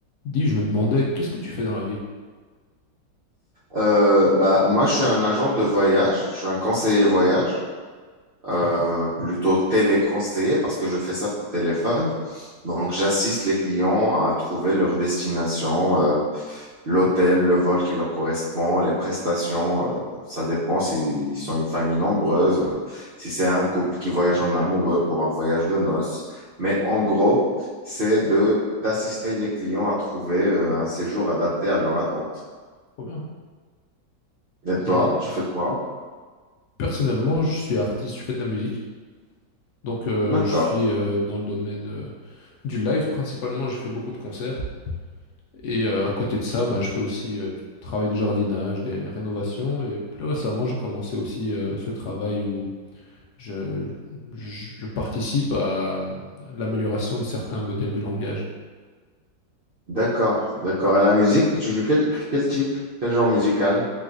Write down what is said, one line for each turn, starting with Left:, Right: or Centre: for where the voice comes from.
Left: Dis, je me demandais, qu'est-ce que tu fais dans la vie?
Right: Euh, bah, moi, je suis un agent de voyage, je suis un conseiller voyage, euh,
Left: Ok.
Right: plutôt téléconseiller parce que je fais ça par téléphone. Donc, j'assiste les clients à trouver leur destination, euh, l'hôtel, le vol qui leur correspond, les prestations. euh, ça dépend s'ils sont une famille nombreuse, si c'est un couple qui voyage en amoureux pour un voyage de noces. Mais en gros, c'est de d'assister les clients à trouver euh, un séjour adapté à leur attente.
Left: Trop bien.
Right: Et toi,
Left: Et
Right: tu fais quoi?
Left: personnellement, je suis artiste, je fais de la musique. Donc, euh,
Right: D'accord.
Left: je suis euh, dans le domaine euh, du live principalement. Je fais beaucoup de concerts. Et euh, à côté de ça, ben, je fais aussi euh, du travail de jardinage, des rénovations. Et plus récemment, j'ai commencé aussi euh, ce travail où je, je participe à l'amélioration de certains modèles de langage.
Right: D'accord, d'accord. Et la musique, tu joues quel, quel type? Quel genre musical?